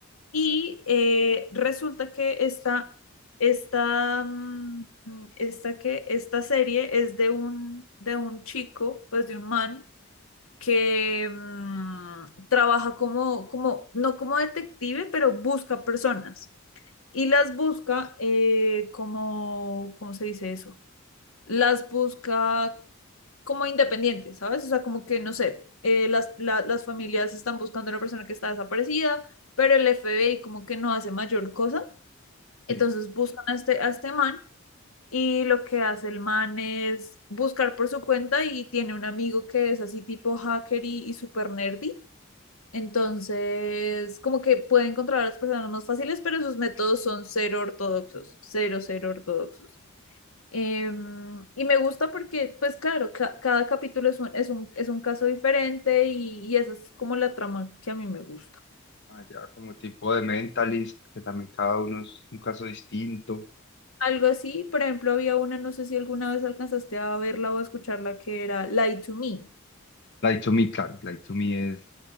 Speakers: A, on the left (about 80°); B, on the left (about 55°).
A: Y eh, resulta que esta, esta, mm, esta, que, esta serie es de un, de un chico, pues de un man, que mm, trabaja como, como, no como detective, pero busca personas. Y las busca eh, como, ¿cómo se dice eso? Las busca como independientes, ¿sabes? O sea, como que, no sé, eh, las, la- las familias están buscando a una persona que está desaparecida, pero el FBI como que no hace mayor cosa. Entonces
B: Sí.
A: buscan a este, a este man y lo que hace el man es buscar por su cuenta y tiene un amigo que es así tipo hacker y, y super nerdy. Entonces, como que puede encontrar a las personas más fáciles, pero sus métodos son cero ortodoxos, cero, cero ortodoxos. Em, y me gusta porque, pues claro, ca- cada capítulo es un, es un, es un caso diferente y, y esa es como la trama que a mí me gusta.
B: Allá como tipo de Mentalist, que también cada uno es un caso distinto.
A: Algo así, por ejemplo, había una, no sé si alguna vez alcanzaste a verla o a escucharla, que era Lie to Me.
B: Light to Me, claro, Light to Me es,